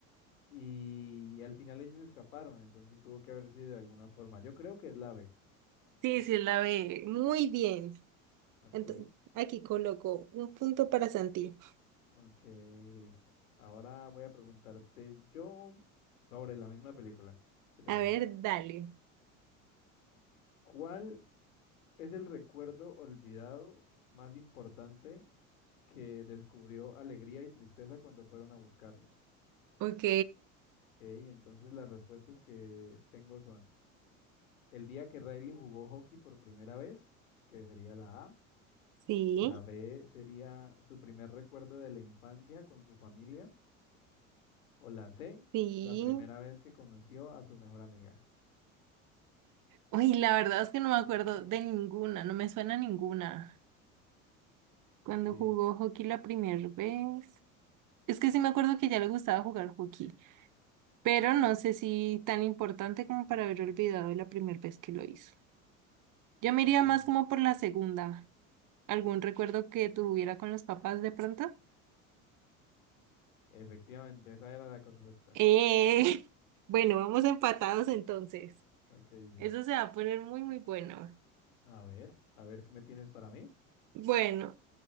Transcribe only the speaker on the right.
Sí, sí, la ve muy bien.
Ento- aquí coloco un punto para Santi.
A
ver, dale.
Ok.
Sí,
sí.
Uy, la verdad es que no me acuerdo de ninguna, no me suena ninguna.
Cuando jugó hockey la primera vez. Es que sí me acuerdo que ya le gustaba jugar hockey, pero no sé si tan importante como para haber olvidado la primera vez que lo hizo. Yo me
iría más como por la segunda. ¿Algún recuerdo que tuviera con los papás de pronto?
Eh, <laughs> bueno, vamos empatados entonces.
Eso se va a poner muy, muy bueno.
Bueno,